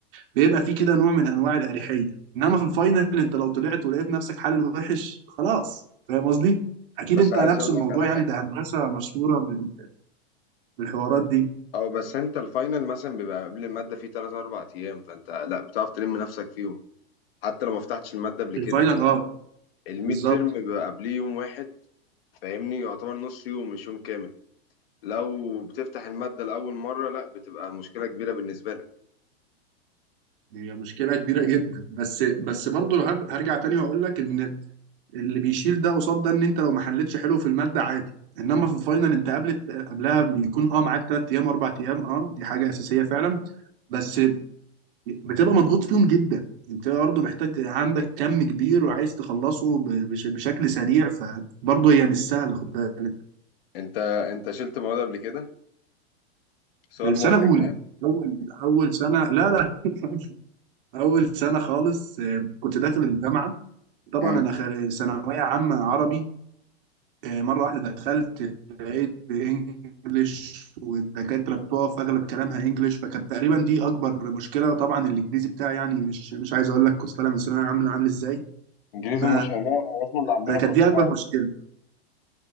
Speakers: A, on the right; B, on the left.
A: فبيبقى في كده نوع من انواع الاريحيه انما في الفاينل انت لو طلعت ولقيت نفسك حل وحش خلاص فاهم قصدي؟ اكيد
B: بس
A: انت
B: عايز
A: نفس
B: اقول
A: الموضوع
B: لك على
A: يعني
B: حاجة
A: ده هندسه مشهوره بال- بالحوارات دي
B: اه بس انت الفاينل مثلا بيبقى قبل المادة فيه 3 4 ايام فانت لا بتعرف تلم نفسك فيهم حتى لو ما فتحتش المادة قبل كده
A: الفاينل
B: لكن
A: اه
B: الميد
A: بالظبط
B: ترم بيبقى قبليه يوم واحد فاهمني يعتبر نص يوم مش يوم كامل لو بتفتح المادة لأول مرة لا بتبقى مشكلة كبيرة بالنسبة لك
A: هي مشكله كبيره جدا بس بس برضه هر- هرجع تاني واقول لك ان اللي بيشيل ده قصاد ده ان انت لو ما حلتش حلو في الماده عادي انما في الفاينل انت قبل قبلها بيكون اه معاك ثلاث ايام اربع ايام اه دي حاجه اساسيه فعلا بس بتبقى مضغوط فيهم جدا انت برضه
B: مم.
A: محتاج عندك كم كبير وعايز تخلصه ب- بش- بشكل سريع فبرضه هي مش سهله خد بالك
B: انت انت شلت مواد قبل كده سؤال
A: سنة
B: محرج
A: أولى أول أول سنة لا لا <laughs> أول سنة خالص آه، كنت داخل الجامعة طبعا
B: مم.
A: أنا خل- ثانوية عامة عربي آه، مرة واحدة دخلت لقيت إنجليش والدكاترة بتقف أغلب كلامها إنجليش فكانت تقريبا دي أكبر مشكلة وطبعا الإنجليزي بتاعي يعني مش مش عايز أقول لك كنت طالع من ثانوية عامة عامل إزاي
B: انجليزي
A: ف
B: مش أمريكي، اصلا اللي عندنا
A: فكانت
B: كلنا
A: دي أكبر
B: عادي
A: مشكلة